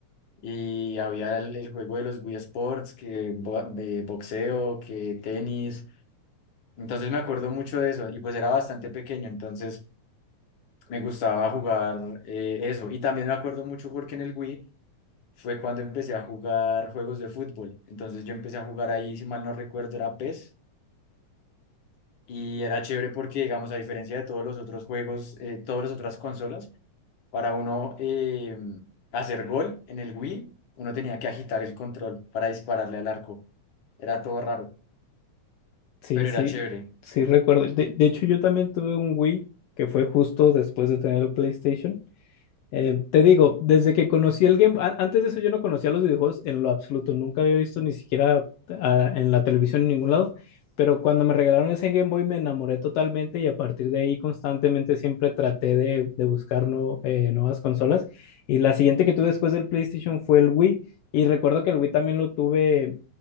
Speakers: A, on the left (about 50°); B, on the left (about 75°).
A: y había el, el juego de los Wii Sports, que bo- de boxeo, que tenis. Entonces me acuerdo mucho de eso y pues era bastante pequeño, entonces me gustaba jugar eh, eso. Y también me acuerdo mucho porque en el Wii fue cuando empecé a jugar juegos de fútbol. Entonces yo empecé a jugar ahí, si mal no recuerdo, era PES. Y era chévere porque, digamos, a diferencia de todos los otros juegos, eh, todas las otras consolas, para uno eh, hacer gol en el Wii, uno tenía que agitar el control para dispararle al arco. Era todo raro,
B: sí,
A: pero
B: sí,
A: era chévere.
B: sí recuerdo. De, de hecho, yo también tuve un Wii que fue justo después de tener el PlayStation Eh, te digo, desde que conocí el Game, a- antes de eso yo no conocía los videojuegos en lo absoluto, nunca había visto ni siquiera ah, en la televisión en ningún lado, pero cuando me regalaron ese Game Boy me enamoré totalmente y a partir de ahí constantemente siempre traté de, de buscar no- eh, nuevas consolas. Y la siguiente que tuve después del PlayStation fue el Wii y recuerdo que el Wii también lo tuve